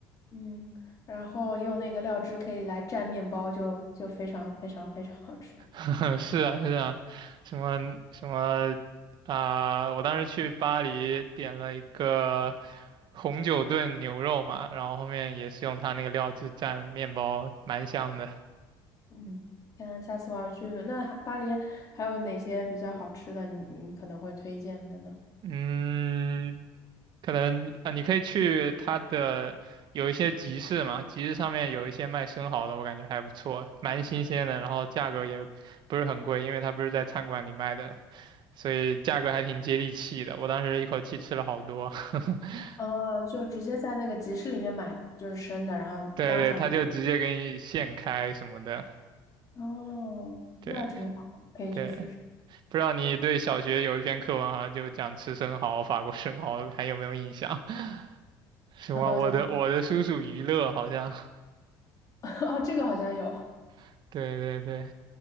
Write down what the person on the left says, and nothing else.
嗯，然后用那个料汁可以来蘸面包就，就非常非常非常好吃。
嗯，看下次我要去，那还巴黎还有哪些比较好吃的你，你可能会推荐的呢？
哦，就直接在那个集市里面买，就是生的，然后当场就
煮哦，
那挺好的，可以去试试。
<laughs> 好像
<laughs> 哦，这个好像有。